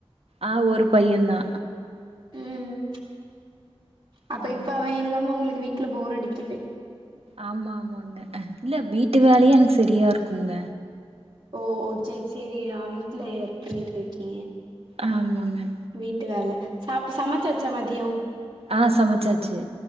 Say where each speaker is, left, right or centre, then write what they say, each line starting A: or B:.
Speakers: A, on the right; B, on the right.
A: ஆ ஒரு பையன்தா
B: ம் அப்ப
A: ம்
B: இப்ப அவ இல்லாம உங்ளுக் வீட்ல போர் அடிக்குது
A: ஆமா ஆமாங்க இல்ல வீட்டு வேலையே எனக்கு செரியா இருக்குங்க
B: ஓ செரி செரி ஆ வீட்ல இயர்க் பண்ணிகிட்ருக்கீக
A: ஆமாங்க
B: வீட்டு வேல சாப்டு சமச்சாச்சா மதியோ
A: ஆ சமச்சாச்சு